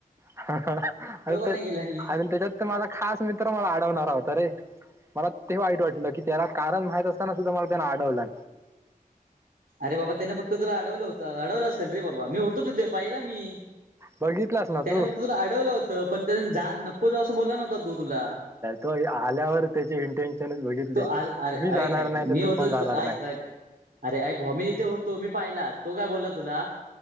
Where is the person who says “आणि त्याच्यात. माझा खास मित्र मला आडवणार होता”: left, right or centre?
Right